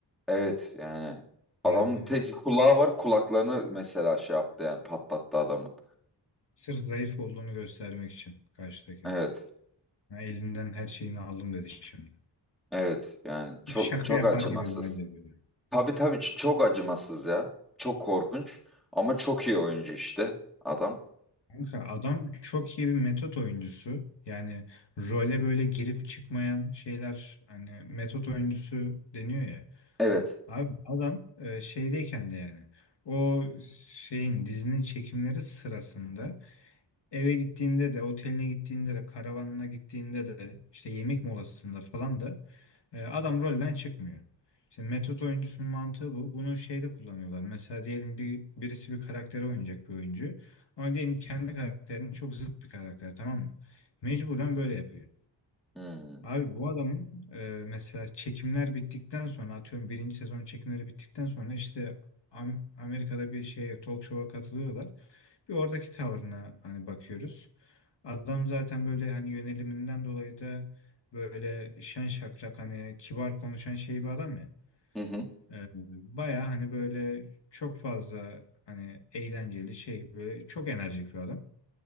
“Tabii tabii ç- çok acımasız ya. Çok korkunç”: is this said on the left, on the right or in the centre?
Centre